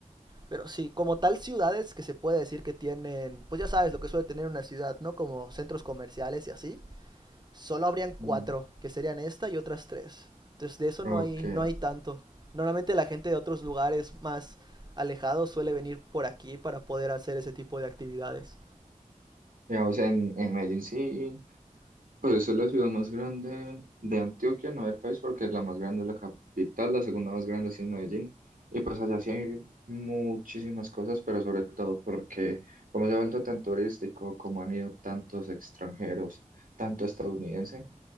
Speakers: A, on the right; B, on the right.
A: pero sí, como tal ciudades que se puede decir que tienen, pues ya sabes lo que suele tener una ciudad, ¿no? Como centros comerciales y así solo habrían
B: Mm,
A: cuatro, que serían esta y otras tres. Entonces de eso
B: Ok.
A: no hay, no hay tanto. Normalmente la gente de otros lugares más alejados suele venir por aquí para poder hacer ese tipo de actividades.
B: Digamos en, en Medellín sí. Pues es la ciudad más grande de Antioquia, no del país, porque la más grande es la capital, la segunda más grande sí es Medellín. Y pues allá sí hay muchísimas cosas, pero sobre todo porque como se ha vuelto tan turístico, como han ido tantos extranjeros, tanto estadounidense,